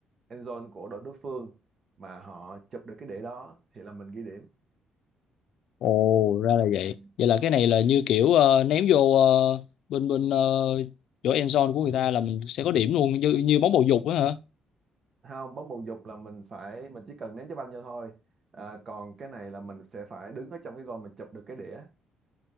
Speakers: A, on the right; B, on the left.
A: end zone của đội đối phương mà họ chụp được cái đĩa đó thì là mình ghi điểm
B: Ồ, ra là vậy.
A: Ừ.
B: Vậy là cái này là như kiểu ờ, ném vô ờ, bên bên ờ, chỗ end zone của người ta là mình sẽ có điểm luôn như như bóng bầu dục á hả?
A: không bóng bầu dục là mình phải mình chỉ cần ném trái banh vô thôi à, còn cái này là mình sẽ phải đứng ở trong cái gôn mình chụp được cái đĩa